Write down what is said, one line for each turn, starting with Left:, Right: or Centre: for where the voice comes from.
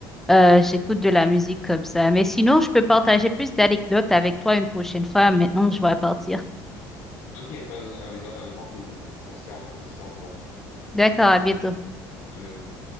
Centre: Euh,
Left: Ouais.
Centre: j'écoute de la musique comme ça. Mais sinon, je peux partager plus d'anecdotes avec toi une prochaine fois. Maintenant, je vais partir.
Left: Ok, pas- avec, avec grand plaisir. On se tient en, on se tient en courant.
Centre: D'accord, à bientôt.
Left: À bientôt.